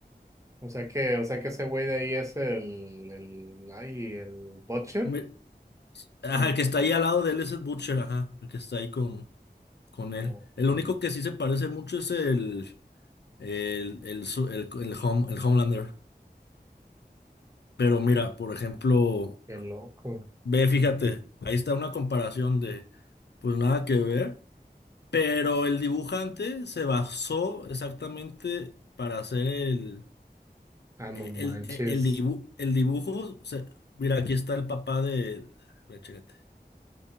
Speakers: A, on the right (about 20°); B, on the left (about 80°).
A: O sea que, o sea que ese güey de ahí es el, el, ay, el Butcher.
B: Me- ajá,
A: El,
B: el que está ahí al lado de él es el Butcher, ajá, el que está ahí con, con él.
A: oh,
B: El
A: man,
B: único que sí se parece mucho es el, el, el, su- el, el Hom- el Homelander. Pero mira, por ejemplo,
A: qué loco.
B: ve, fíjate, ahí está una comparación de, pues nada que ver. Pero el dibujante se basó exactamente para hacer el,
A: Ah, no
B: el,
A: manches.
B: e, el, dibu- el dibujo. se- mira, aquí está el papá de... Ve, chécate.